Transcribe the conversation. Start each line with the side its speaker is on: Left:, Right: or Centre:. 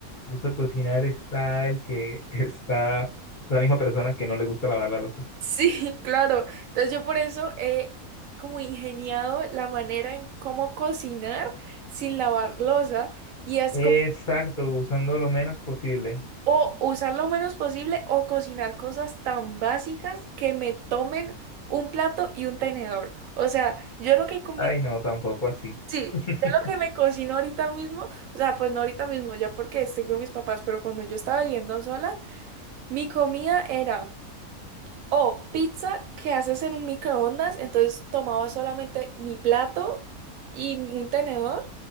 Left: uso de cocinar está el que <laughs> está la misma persona que no le gusta lavar la loza.
Right: Sí, <laughs> claro. Entonces yo por eso he como ingeniado la manera en cómo cocinar sin lavar loza y es
Left: Exacto,
Right: co-
Left: usando lo menos posible.
Right: o usar lo menos posible o cocinar cosas tan básicas que me tomen un plato y un tenedor. O sea, yo lo que come,
Left: Ay, no, tampoco así.
Right: sí,
Left: <laughs>
Right: yo lo que me cocino ahorita mismo, o sea, pues no ahorita mismo, ya porque estoy con mis papás, pero cuando yo estaba viviendo sola, mi comida era O pizza que haces en un microondas, entonces tomaba solamente mi plato y un tenedor